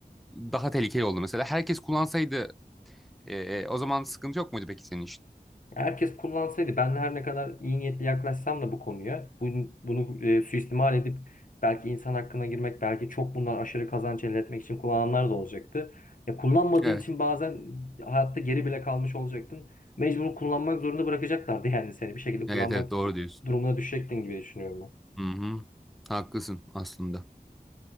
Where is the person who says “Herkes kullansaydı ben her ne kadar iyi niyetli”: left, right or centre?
Left